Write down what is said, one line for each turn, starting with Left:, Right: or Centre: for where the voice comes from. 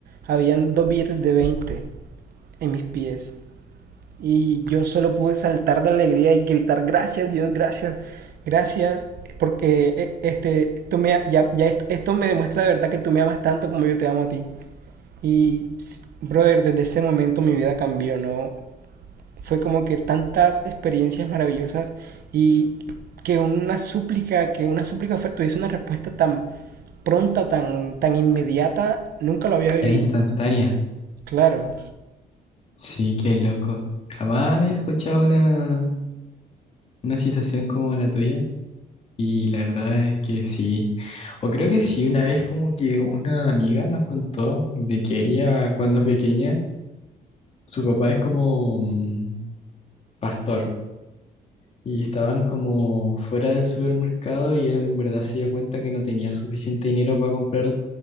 Right: Habían dos billetes de 20 en mis pies. Y yo solo pude saltar de alegría y gritar, gracias Dios, gracias, gracias, porque eh, este, tú me, ya, ya esto, esto me demuestra de verdad que tú me amas tanto como yo te amo a ti. Y, s- brother, desde ese momento mi vida cambió, ¿no? Fue como que tantas experiencias maravillosas y que una súplica, que una súplica fue- tuviese una respuesta tan pronta, tan, tan inmediata, nunca lo había vivido.
Left: era instantánea.
Right: Claro.
Left: Sí, qué loco. Jamás había escuchado una. una situación como la tuya y la verdad es que sí, o creo que sí, una vez como que una amiga nos contó de que ella cuando pequeña, su papá es como mm, pastor y estaban como fuera del supermercado y él en verdad se dio cuenta que no tenía suficiente dinero para comprar